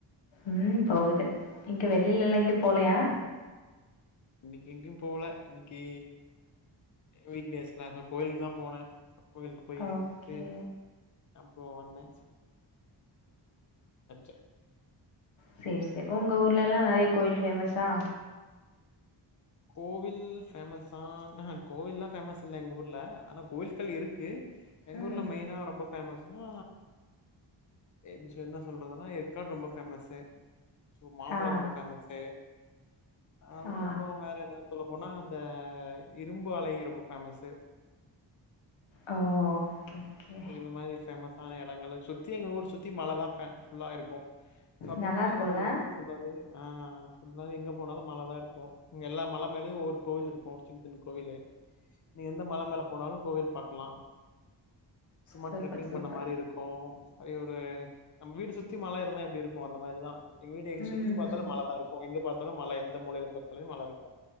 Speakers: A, on the left (about 80°); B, on the left (about 40°).
A: உம் போகுது இங்க வெளிலளா எங்கயு போலயா
B: இனிக்கெங்கயும் போல இன்க்கி வீக்டேஸ்லாம் இப்ப கோயிலுக்கு தான் போனேன் கோயிலுக்கு போய்ட்டு
A: ஓகே
B: அப்புறம் வந்தே <unintelligible>
A: செரி செரி உங்க ஊர்லலா நறைய கோயில் பேஃமஸா
B: கோவில் பேமஸ் ஆன ஆஹா கோவில்லாம் பேமஸ் இல்ல எங்க ஊர்ல ஆனா கோவில்கள் இருக்கு எங்க
A: ம்
B: ஊர்ல மெயினா ரொம்ப பேமஸ்னா எப்டி என்ன சொல்றதுன்னா ஏற்காடு ரொம்ப பேமஸ் மாம்பழம்
A: ஆ
B: ரொம்ப பேமஸ் அதுக்கப்புறம்
A: ஆ
B: வேற என் சொல்லப்போனா அந்த இரும்பு அலை ரொம்ப பேஃமேசு
A: ஓ ஓகே ஓகே
B: சோ இந்த மாதிரி ஃபேமஸ் ஆன எடங்கள் சுத்தி எங்க ஊர் சுத்தி <unintelligible> ஃபுல்லா இருக்கும் சோ அப்படிங்கும்பது
A: நல்லா இருக்குல்ல
B: எங்க வந்து ஒரு ஊர் புல்லாவே நா ஃபுல்லாவே எங்க போனாலும் மழ தான் இருக்கும் இங்க எல்லா மல மேலயும் ஒவ்வொரு கோவில் இருக்கும் சின்ன சின்ன கோவிலு நீ எந்த மல மேல போனாலும் கோயில் பாக்கலாம் சும்மா
A: சூப்பர்
B: ட்ரெக்கிங்
A: சூப்பர்
B: பண்ண மாரி இருக்கோ அய ஒரு நம்ம வீடு சுத்தி மழ இருந்தா எப்டி இருக்கும் அந்த மாரிதான் எங்க வீடு எங்க
A: ம்
B: சுத்தியும் பார்த்தாலும்
A: ம்
B: மழை தான் இருக்கும் எங்க பார்த்தாலும் மழை எந்த மூலையில பார்த்தாலுமே மழ இருக்கும்